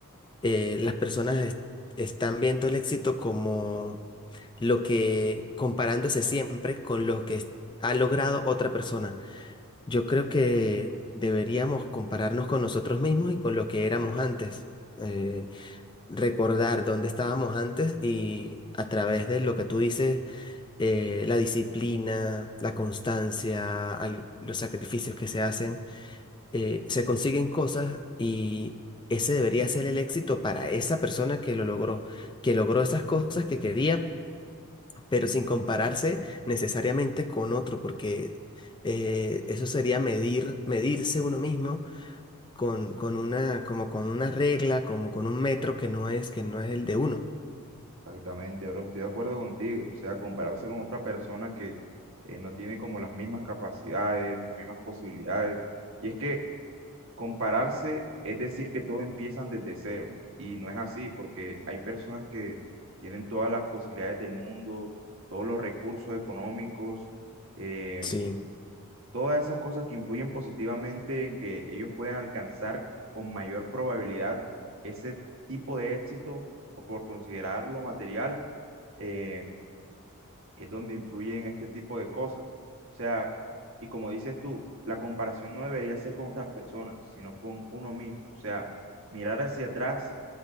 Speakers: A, on the left; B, on the right.
A: eh, las personas est- están viendo el éxito como lo que, comparándose siempre con lo que es- ha logrado otra persona. Yo creo que deberíamos compararnos con nosotros mismos y con lo que éramos antes. eh, recordar dónde estábamos antes y a través de lo que tú dices, eh, la disciplina, la constancia, al- los sacrificios que se hacen eh, se consiguen cosas y ese debería ser el éxito para esa persona que lo logró, que logró esas cosas que quería, pero sin compararse necesariamente con otro, porque eh, eso sería medir, medirse uno mismo con, con una, como con una regla, como con un metro que no es, que no es el de uno.
B: Exactamente, bro, estoy de acuerdo contigo. O sea, compararse con otra persona que eh, no tiene como las mismas capacidades, las mismas posibilidades. Y es que Compararse es decir que todo empiezan desde cero y no es así porque hay personas que tienen todas las posibilidades del mundo, todos los recursos económicos, eh,
A: Sí,
B: todas esas cosas que influyen positivamente en que ellos puedan alcanzar con mayor probabilidad ese tipo de éxito o por considerarlo material. eh, es donde influyen este tipo de cosas. O sea, y como dices tú, la comparación no debería ser con otras personas, sino con uno mismo. O sea, mirar hacia atrás,